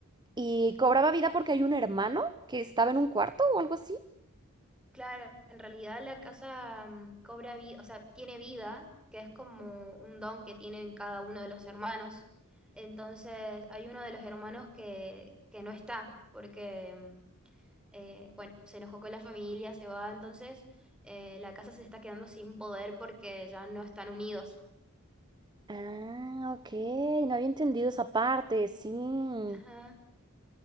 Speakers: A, on the right (about 20°); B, in the centre.
A: Y cobraba vida porque hay un hermano que estaba en un cuarto o algo así.
B: Claro, en realidad la casa mm, cobra vida, o sea, tiene vida, que es como un don que tienen cada uno de los hermanos. Entonces, hay uno de los hermanos que, que no está, porque, mm, eh, bueno, se enojó con la familia, se va, entonces eh, la casa se está quedando sin poder porque ya no están unidos.
A: Ah, ok, no había entendido esa parte, sí.
B: Ajá.